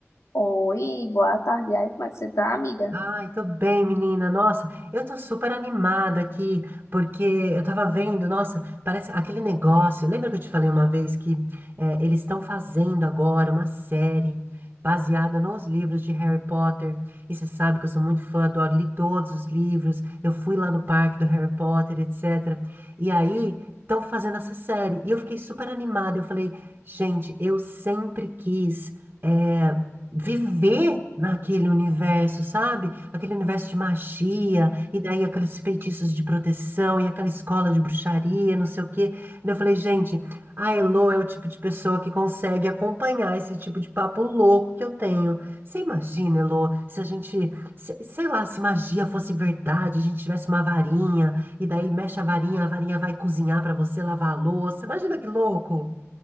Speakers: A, on the left; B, on the right.
A: Oi, boa tarde. Aí, como é que você tá, amiga?
B: Ai, tô bem, menina. Nossa, eu tô super animada aqui, porque eu tava vendo, nossa, parece aquele negócio. Lembra que eu te falei uma vez que eh, eles estão fazendo agora uma série baseada nos livros de Harry Potter? E você sabe que eu sou muito fã, adoro, li todos os livros. Eu fui lá no parque do Harry Potter, etc. E aí, estão fazendo essa série. E eu fiquei super animada. Eu falei, gente, eu sempre quis. eh, viver naquele universo, sabe? Aquele universo de magia, e daí aqueles feitiços de proteção, e aquela escola de bruxaria, não sei o quê. E eu falei, gente, a Elo é o tipo de pessoa que consegue acompanhar esse tipo de papo louco que eu tenho. Você imagina, Elo, se a gente, se- sei lá, se magia fosse verdade, a gente tivesse uma varinha, e daí mexe a varinha, a varinha vai cozinhar pra você, lavar a louça. Imagina que louco!